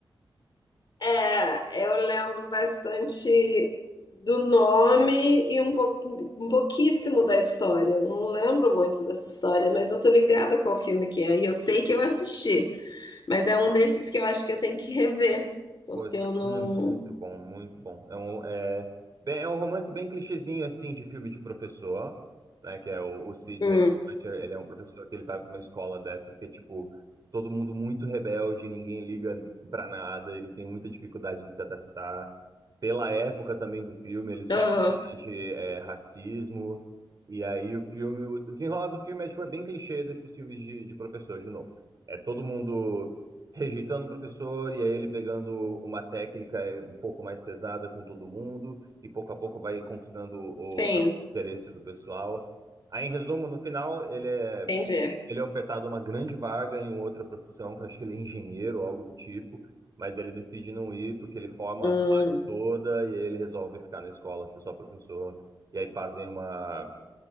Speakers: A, on the left; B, on the right.
A: é, eu lembro bastante do nome e um, pou- um pouquíssimo da história. Eu Não lembro muito dessa história, mas eu tô ligada qual filme que é. E eu sei que eu assisti, mas é um desses que eu acho que eu tenho que rever, porque
B: Pô, esse
A: eu não.
B: filme é muito bom, muito bom. É um, é, bem, é um romance bem clichêzinho, assim, de filme de professor, né? Que é o, o Sidney
A: Hum.
B: Poitier, ele é um professor que ele vai pra uma escola dessas que é, tipo, todo mundo muito rebelde, ninguém liga pra nada, ele tem muita dificuldade de se adaptar. Pela época também do filme, ele sofre
A: Ah,
B: bastante, é, racismo. E aí o filme, o desenrolar do filme é, tipo, é bem clichê desses filmes de, de professor, de novo. É todo mundo rejeitando o professor e aí ele pegando uma técnica eh, um pouco mais pesada com todo mundo e pouco a pouco vai conquistando o,
A: sim,
B: a- o interesse do pessoal. Aí, em resumo, no final, ele é,
A: entendi.
B: ele é ofertado uma grande vaga em outra profissão, que eu acho que ele é engenheiro ou algo do tipo, mas ele decide não ir porque ele forma
A: Hum.
B: a classe toda e aí ele resolve ficar na escola, ser só professor, e aí fazem uma